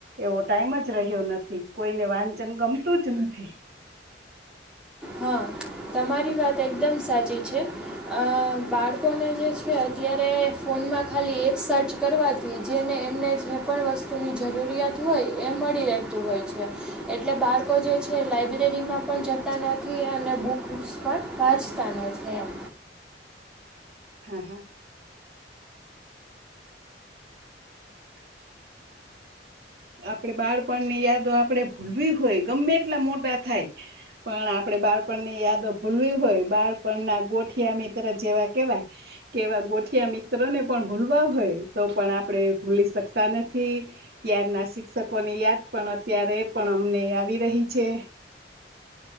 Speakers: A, on the right; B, in the centre.
A: એવો ટાઈમ જ રહ્યો નથી, કોઈને વાંચન ગમતું જ નથી.
B: હા તમારી વાત એકદમ સાચી છે. અ બાળકોને જે છે અત્યારે ફોનમાં ખાલી એક સર્ચ કરવાથી જેને એમને જે પણ વસ્તુની જરૂરિયાત હોય એ મળી રહેતું હોય છે એટલે બાળકો જે છે એ લાઈબ્રેરીમાં પણ જતા નથી અને બુકસ પણ વાચતા નથી એમ
A: હા હા આપડે બાળપણની યાદો આપડે ભૂલવી હોય ગમે એટલા મોટા થાય પણ આપણે બાળપણની યાદો ભૂલવી હોય બાળપણના ગોઠિયા મિત્ર જેવા કેવાય કેવા ગોઠિયા મિત્રને પણ ભૂલવા હોય તો પણ આપણેે ભૂલી શકતા નથી ત્યાર ના શિક્ષકો ની યાદ પણ અત્યારે પણ અમને આવી રહી છે